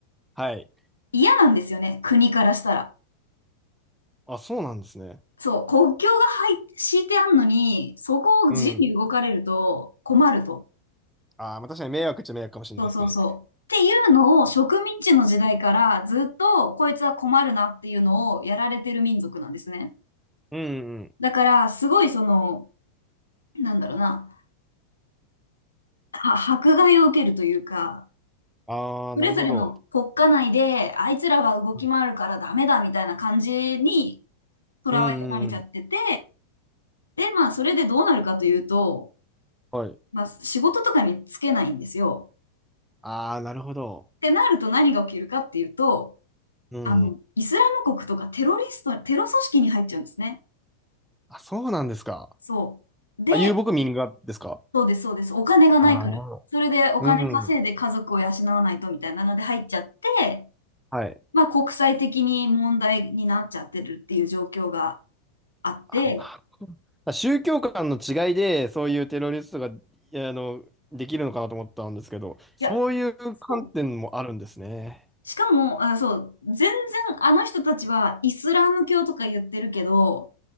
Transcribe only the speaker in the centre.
はい。
あ、そうなんですね。
うん。あーまあ、確かに迷惑っちゃ迷惑かもしれないですね。
うんうん。
ああ、
なるほど。うん
うんうん
はい。
ああ、なるほど。
うん
あ、そうなんですか。
あ、遊牧民がですか
ああなるほど
うん。はい。
あ、なるほど。あ宗教観の違いで、そういうテロリストが、いやあの、できるのかなと思ったんですけど、そういう観点もあるんですね。